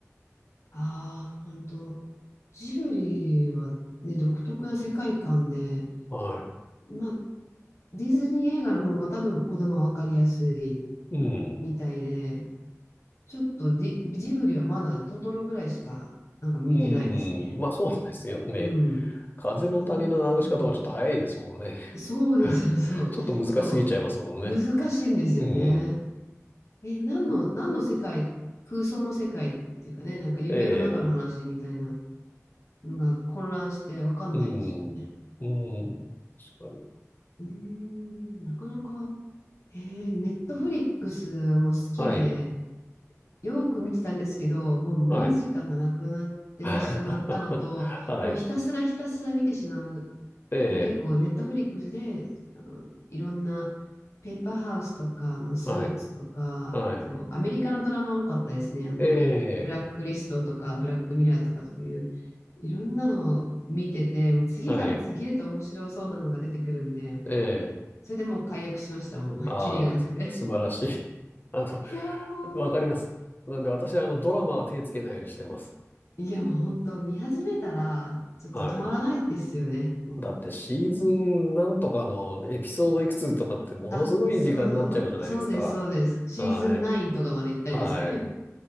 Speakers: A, on the left (about 65°); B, on the left (about 40°).
A: ああ、本当。ジブリはね、独特な世界観で、
B: は
A: まあ、ディズニー映画の方が多分子供は分かりやすい
B: い。うん。
A: みたいで、ちょっとディ、ジブリはまだね、トトロぐらいしかなんか見てないですね。
B: うん。まあそうですよね。
A: うん。
B: 風の谷のナウシカとかちょっと早いですもんね。
A: うん。そうですよ、
B: <laughs>
A: そう。
B: ちょっと難しすぎちゃいますもんね。
A: そう。難しいんですよね。
B: うん。
A: え、何の、
B: そうか。
A: 何の世界、空想の世界っていうかね、なんか夢の中の話みたいな
B: ええ、
A: のが混乱してわかんないですよね。
B: うん、うん、確かに。
A: うーん、なかなか、えー、ネットフリックスも好きで、
B: はい、
A: よく見てたんですけど、もう見る時間がなくなってしまったのと、
B: はい。<laughs> はい、
A: もうひたすらひたすら見てしまう。
B: ええ、
A: やっぱり結構ネットフリックスで、あの、いろんなペーパーハウスとか、あの、スーツとか、
B: はい、はい、
A: あと、アメリカのドラマ多かったですね。あの、
B: ええ、
A: ブラックリストとか、ブラックミラーとか、そういう、いろんなのを見てて、もう次から次へと面白そうなのが出てくるんで、
B: はい、ええ、
A: それでもう解約しました。もう、
B: ああ、
A: <laughs> キリがなくて。
B: す素晴らしい。<laughs> あの、
A: いや、もう。
B: わかります。なんで私、あの、ドラマは手つけないようにしてます。
A: いやもう本当見始めたらちょっと止まらないですよね。
B: はい。
A: もう。
B: だってシーズンなんとかのエピソードいくつとかってものすごい時間になっちゃうじゃないですか。
A: あ、そう、そうです、そうです。シーズン9とかまで行ったりですね。
B: はい。はい。